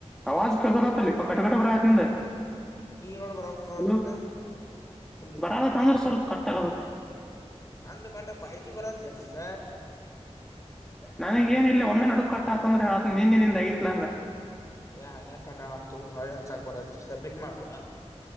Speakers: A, in the centre; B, on the left.
A: ಆವಾಜ ಕೇಳಸಲ ಆತಲ್ಲಿಪ್ಪ ಕಟಕಟ ಪ್ರಯತ್ನಿಂದ
B: ಈಗ ನೋಡ ಬರಾಬರ್ ಬರತ್ನ
A: ಹಲೋ
B: ಅಲ್ಲು
A: ಬರದತ್ತ ಅಂದ್ರೆ ಸ್ವಲ್ಪ ಕಟ್ಟಾಗತತೆ
B: ನಂದ ಕಾಟ ಪಜಿ ಬರಾತ್ಲೆ ನಂದ
A: ನನಗೇನಿಲ್ಲ ಒಮ್ಮೆ ನಡುಕ್ ಕಟ್ಟಾತಂದ್ರೆ ನಿನ್ನೆ ನಿಂದ ಆಗಿತ್ಲ ಹಂಗ
B: ಹಂಗೆ ಕಟ ಅಂತು ಹೊಳ್ಳಿ ಹಚ್ಚಾಕ್ಬೋ ಸಬ್ಮಿಟ್ ಮಾಡ್ಬಡಣ